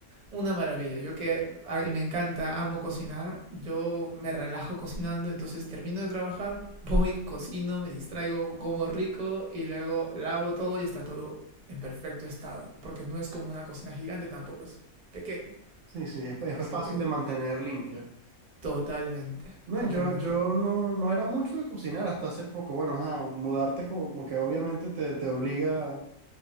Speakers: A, on the right; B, on the right.
A: una maravilla. Yo que a- me encanta, amo cocinar. Yo me relajo cocinando, entonces termino de trabajar, voy, cocino, me distraigo, como rico y luego lavo todo y está todo en perfecto estado. Porque no es como una cocina gigante, tampoco es pequeño.
B: Sí, sí, es, es
A: Así
B: fácil
A: que
B: de mantener limpia.
A: totalmente,
B: No,
A: totalmente.
B: yo, yo no, no era mucho de cocinar hasta hace poco. Bueno, ajá, mudarte como que obviamente te, te obliga